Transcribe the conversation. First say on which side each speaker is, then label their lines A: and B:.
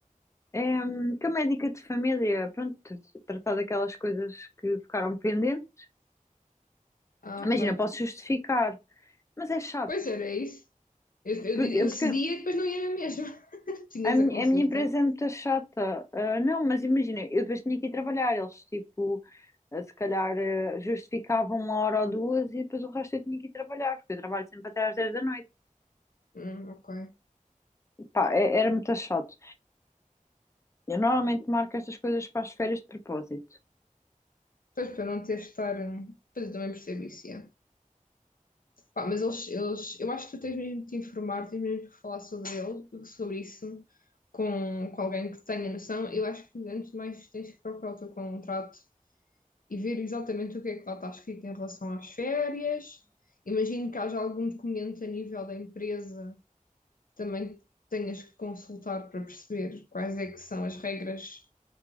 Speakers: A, on the left; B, on the left.
A: É, hum, que a médica de família, pronto, tratar daquelas coisas que ficaram pendentes.
B: Ah,
A: Imagina,
B: ok.
A: posso justificar, mas é chato.
B: Pois era é isso. Eu, eu,
A: Porque,
B: eu
A: porque
B: cedia e depois não ia mesmo. <laughs> Tinhas
A: a, minha,
B: a consulta.
A: a minha empresa é muito chata. Ah, não, mas imagina, eu depois tinha que ir trabalhar. Eles, tipo, ah, se calhar ah, justificavam uma hora ou duas e depois o resto eu tinha que ir trabalhar, porque eu trabalho sempre até às 10 da noite.
B: Hum, ok.
A: Pá, é- era muito chato. Eu normalmente marco estas coisas para as férias de propósito.
B: Pois para não ter de estar. hum, Pois eu também percebo isso, yeah. Pá, mas eles, eles. Eu acho que tu tens mesmo de te informar, tens mesmo de falar sobre ele, sobre isso, com, com alguém que tenha noção. Eu acho que antes de mais tens que procurar o teu contrato e ver exatamente o que é que lá está escrito em relação às férias. Imagino que haja algum documento a nível da empresa que também tenhas que consultar para perceber quais é que são as regras